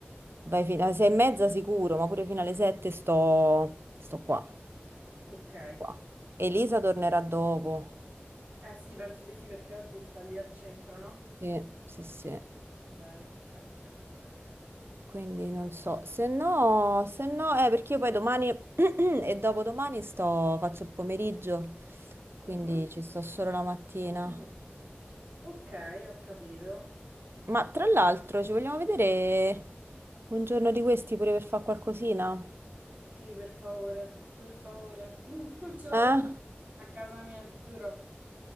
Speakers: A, on the right; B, on the right.
A: vai fino alle 6 e mezza sicuro, ma pure fino alle 7 sto, sto qua.
B: Ok.
A: Sto qua. Elisa
B: Ok.
A: tornerà dopo.
B: Eh sì, penso di sì perché oggi sta lì al centro, no?
A: Sì, sì, sì.
B: Ok, ok, ok, ok, ok.
A: Quindi non so, se no, se no, eh, perché io poi domani <clears throat> e dopodomani sto, faccio il pomeriggio, quindi
B: Mhm.
A: ci sto solo la mattina.
B: Mm. Ok, ho capito.
A: Ma tra l'altro ci vogliamo vedere un giorno di questi pure per fare qualcosina?
B: Sì, per favore, per favore. <laughs> Non ce la
A: Eh?
B: faccio più a casa mia, ti giuro.